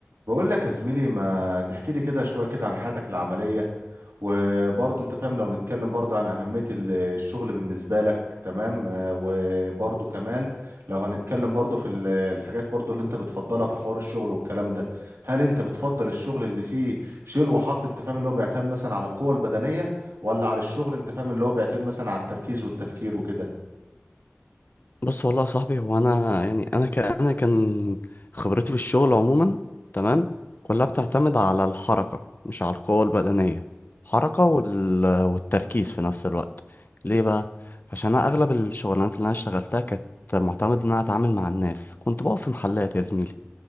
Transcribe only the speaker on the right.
بقول لك يا زميلي ما تحكي لي كده شوية كده عن حياتك العملية وبرضه انت فاهم لو نتكلم برضه عن أهمية ال- الشغل بالنسبة لك تمام آه، وبرضه كمان لو هنتكلم برضه في ال- الحاجات برضه اللي انت بتفضلها في حوار الشغل والكلام ده هل انت بتفضل الشغل اللي فيه شيل وحط انت فاهم اللي هو بيعتمد مثلا على القوة البدنية ولا على الشغل انت فاهم اللي هو بيعتمد مثلا على التركيز والتفكير وكده